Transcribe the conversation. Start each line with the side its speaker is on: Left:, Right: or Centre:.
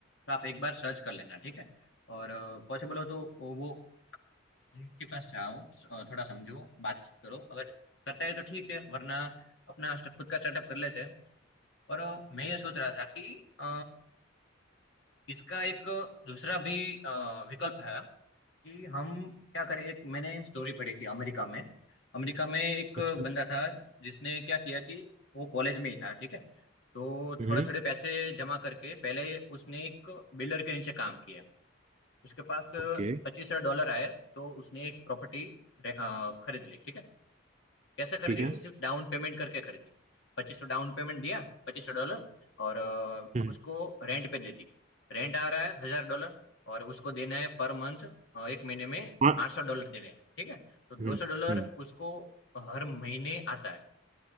Left: आप एक बार सर्च कर लेना ठीक है और पॉसिबल हो तो वो वो उनके पास जाओ स- अ, थोड़ा समझो बातचीत करो अगर करता है तो ठीक है वरना अपना स्ट- खुद का स्टार्टअप कर लेते हैं और अ, मैं ये सोच रहा था कि अ, इसका एक दूसरा भी अ, विकल्प है कि हम क्या करें एक मैंने स्टोरी पढ़ी थी अमेरिका में अमेरिका में एक
Right: अच्छा
Left: बंदा था जिसने क्या किया कि वो कॉलेज में ही था ठीक है तो
Right: हम्म
Left: थोड़े थोड़े पैसे जमा करके पहले उसने एक बिल्डर के नीचे काम किया उसके पास पच्चीस
Right: ओके
Left: हजार डॉलर आए तो उसने एक प्रॉपर्टी खरीद ली ठीक है कैसे खरीदी
Right: ठीक है
Left: सिर्फ डाउन पेमेंट करके खरीदी पच्चीस सौ डाउन पेमेंट दिया पच्चीस सौ डॉलर और अ,
Right: हम्म
Left: उसको रेंट पे दे दी रेंट आ रहा है हजार डॉलर और उसको देना है पर मंथ एक महीने में
Right: हाँ
Left: आठ सौ डॉलर देने हैं ठीक है तो दो
Right: हम्म
Left: सौ डॉलर
Right: हम्म
Left: उसको हर महीने आता है